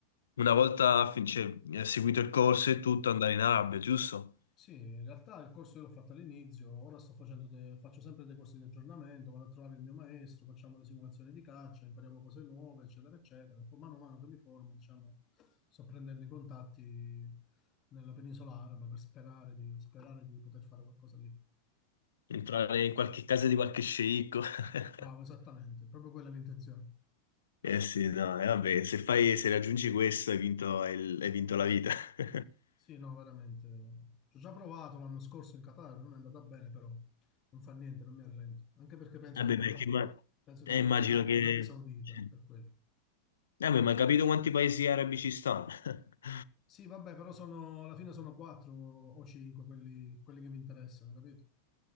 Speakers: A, on the left; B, on the left.
A: una volta fin- cioè, eh, seguito il corso e tutto, andare in Arabia, giusto?
B: Sì, in realtà il corso che ho fatto all'inizio, ora sto facendo de- faccio sempre dei corsi di aggiornamento, vado a trovare il mio maestro, facciamo le simulazioni di caccia, impariamo cose nuove, eccetera, eccetera. E poi mano a mano che mi formo, diciamo, sto prendendo i contatti nella penisola araba per sperare di, sperare di poter fare qualcosa lì.
A: Entrare in qualche casa di qualche sceicco. <laughs>
B: Bravo, esattamente, proprio quella è l'intenzione.
A: Eh sì, no, e vabbè, se fai, se raggiungi questo hai vinto, hai, hai vinto la vita. <laughs>
B: Sì, no, veramente. Ci ho già provato l'anno scorso in Qatar, non è andata bene, però non fa niente, non mi arrendo. Anche perché penso
A: Vabbè,
B: di dover,
A: perché ma-
B: penso
A: eh,
B: di dover
A: immagino
B: andare
A: che...
B: in Arabia Saudita
A: cioè,
B: per quello.
A: eh, beh, ma hai capito quanti paesi arabi ci stanno? <laughs>
B: Sì, vabbè, però sono, alla fine sono quattro o cinque quelli, quelli che mi interessano, capito?